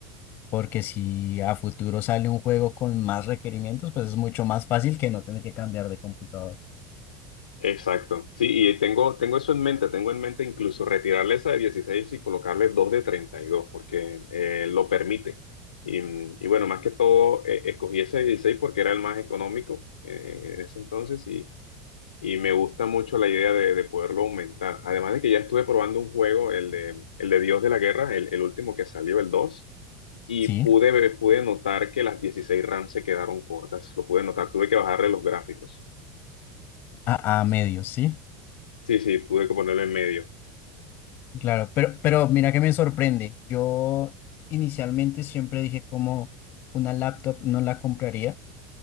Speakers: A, on the left (about 50°); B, on the left (about 85°).
A: porque si a futuro sale un juego con más requerimientos, pues es mucho más fácil que no tener que cambiar de computador.
B: Exacto. Sí, y tengo, tengo eso en mente, tengo en mente incluso retirarle esa de 16 y colocarle dos de 32, porque eh, lo permite. Y, mm, y bueno, más que todo, eh, escogí ese de 16 porque era el más económico eh, en ese entonces y, y me gusta mucho la idea de, de poderlo aumentar. Además de que ya estuve probando un juego, el de, el de Dios de la Guerra, el, el último que salió, el 2 y
A: Sí,
B: pude, ver- pude notar que las 16 RAM se quedaron cortas, lo pude notar, tuve que bajarle los gráficos.
A: a, a medios, sí.
B: Sí, sí, tuve que ponerlo en medio.
A: Claro, pero, pero mira que me sorprende. Yo inicialmente siempre dije como una laptop no la compraría